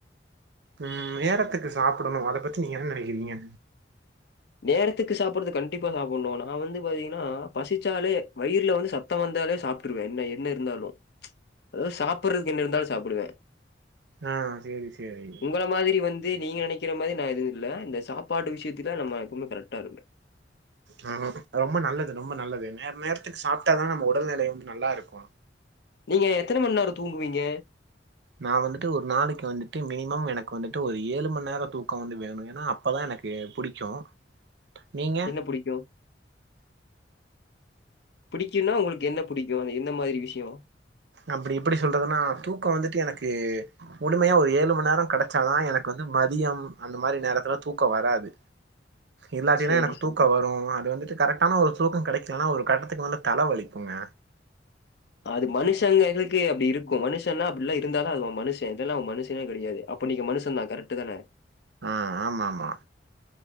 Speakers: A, on the right; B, on the left.
A: உம் நேரத்துக்கு சாப்டணு அத பத்தி நீங்க என்ன நெனக்கிறீங்க
B: நேரத்துக்கு சாப்ட்றது கண்டிப்பா சாப்டணு நா வந்து பாத்தீங்ன்னா பசிச் சாலே வயிற்ல வந்து சத்தோ வந்தாலே சாப்ட்டுருவே என்ன என்ன இருந்தாலு அதாவ்து சாப்ட்டுறதுக்கு என்ன இருந்தாலு சாப்டுவே
A: ஆ சேரி சேரி
B: உங்கள மாதிரி வந்து நீங்க நெனைக் க்கிற மாதிரி நான் எதுவு இல்ல இந்த சாப்பாட்டு விஷ்யத்துல நம்ம எப்பவுமே கரக்டா இருப்பே
A: ஆ ரொம்ப நல்லது ரொம்ப நல்லது நே நேரத்துக்கு சாப்ட்டாதா நம்ம உடல்நிலை வந்து நல்லா இருக்கு
B: நீங்க எத்தன மண் நேரோ தூங்குவீங்க
A: நா வந்துட்டு ஒரு நாளைக்கு வந்துட்டு மினிமம் எனக்கு வந்துட்டு ஒரு ஏழு மண் நேரம் தூக்கம் வந்து வேணு ஏன்னா அப்பதா எனக்கு புடிக்கு நீங்க
B: என்ன புடிக்கு புடிக்குன்னா உங்களுக்கு என்ன புடிக்கு எந்த மாரி விஷ்யோ
A: அப்டி எப்டி சொல்றதுன்னா தூக்கோ வந்துட்டு எனக்கு முழுமையா ஒரு ஏழு மண் நேரோ கெடச்சாதா எனக்கு வந்து மதியம் அந்த மாரி நேரத்துல தூக்கோ வராது இல்லாட்டினா
B: சரி,
A: எனக்கு
B: சரி.
A: தூக்கோ வரு அது வந்துட்டு கரெக்ட் ஆனா ஒரு தூக்கோ கெடைக்கலன்னா ஒரு கட்டத்துக்கு வந்து தல வலிக்குங்க
B: அது மனுஷங்களுக்கு அப்டி இருக்கு மனுஷன்னா அப்டில்லா இருந்தாத அது மனுஷ இல்லனா அவ மனுஷனே கெடையாது அப்போ நீங்க மனுசன் தா கரட்டு தான
A: அ ஆமா ஆமா